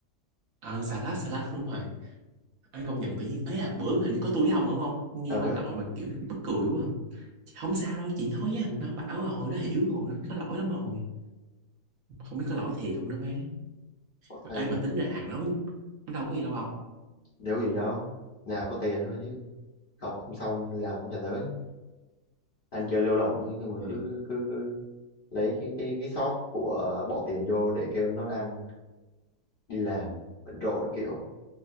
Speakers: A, on the right; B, on the left.
A: ờ xà lách xà lách đúng rồi ấy công nhận tự nhiên ấy à bữa hình như có tôi với ông đúng không nghe
B: ờ
A: bác gọi mà kiểu bất cười quá à. Chị, không sao đâu chị nói với thằng nó bảo rồi nó hiểu rồi nó có lỗi lắm rồi không biết có lỗi thiệt không nữa má
B: có
A: mà
B: tay
A: ấy
B: luôn
A: mà tính ra hàng nó cũng nó đâu có gì đâu ông
B: đéo gì đâu nhà có tiền thôi chứ học không xong làm không trả tới anh chơi lêu lổng ấy, mà
A: Thì
B: cứ cứ, cứ lấy cái cái cái shop của bỏ tiền vô để kêu nó đăng đi làm bận rộn nó kiểu